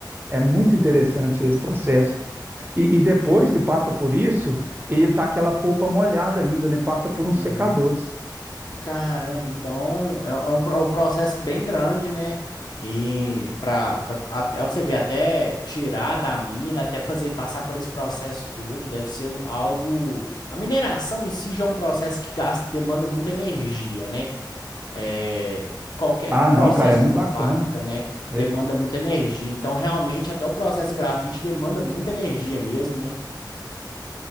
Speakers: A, on the right; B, on the left.
A: É muito interessante esse
B: Ca-
A: processo. E, e depois que passa por isso, ele tá aquela polpa molhada ainda, né? Passa por uns
B: uhum.
A: secadores.
B: Caramba, então é, é um, pro- é um processo bem grande, né? E para até você ver, até tirar da mina, até fazer passar por esse processo todo, deve ser um, algo. A mineração em si já é um processo que gasta, demanda muita energia, né? É, qualquer
A: Ah, não,
B: processo
A: cara, é muito
B: de uma
A: bacana.
B: fábrica, né,
A: É
B: demanda muita energia. Então, realmente, até o processo grafite demanda muita energia mesmo, né?